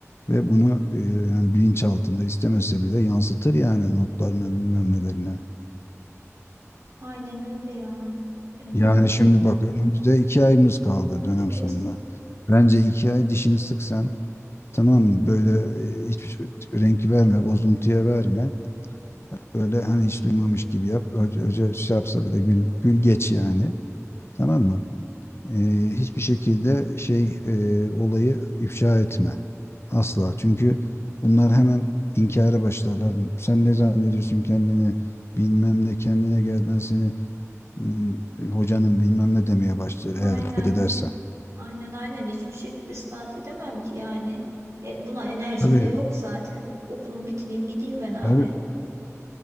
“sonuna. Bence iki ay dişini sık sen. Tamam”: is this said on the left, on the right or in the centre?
Left